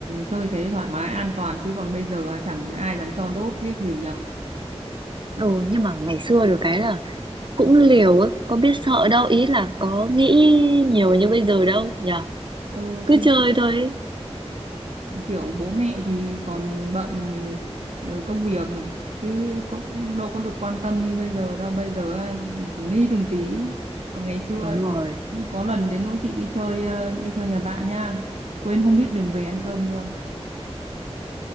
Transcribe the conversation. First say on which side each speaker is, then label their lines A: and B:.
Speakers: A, on the right (about 80°); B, on the right (about 45°).
A: chơi thế thoải mái an toàn chứ còn bây giờ à, chẳng ai dám cho đốt tiếc gì nhở
B: ừ, nhưng mà ngày xưa được cái là cũng liều ấy, có biết sợ đâu ý là có nghĩ nhiều như bây giờ đâu nhở
A: ừ
B: cứ
A: thì
B: chơi thôi ấy.
A: kiểu bố mẹ thì còn bận ờ, công việc chứ cũng cũng đâu có được quan tâm như bây giờ đâu bây giờ à, từng ly từng tí còn ngày xưa
B: đúng rồi
A: có lần đến nỗi chị đi chơi ờ, đi chơi nhà bạn nha quên không biết đường về ăn cơm luôn